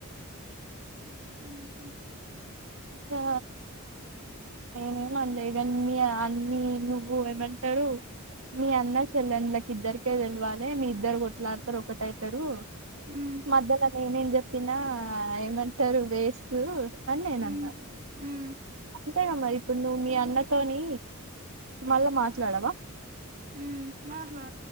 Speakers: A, on the right; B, on the right.
A: ఆహ
B: ఆ నేనేమన్లే ఇగ అన్ని నువ్వు ఏమంటారు మీ అన్న చెల్లెండ్లకి ఇద్దరికే తెలవాలే మీ ఇద్దరు కొట్లాడతారు ఒకటైతారు
A: ఉమ్
B: మధ్యల నేనేం చెప్పిన ఏమంటారు వేస్ట్ అని నేనన్న
A: ఉమ్ ఉమ్
B: అంతేగా మరి ఇప్పుడు నువ్వు మీ అన్నతోని మళ్ళా మాట్లాడవా
A: ఉమ్ మాట్లా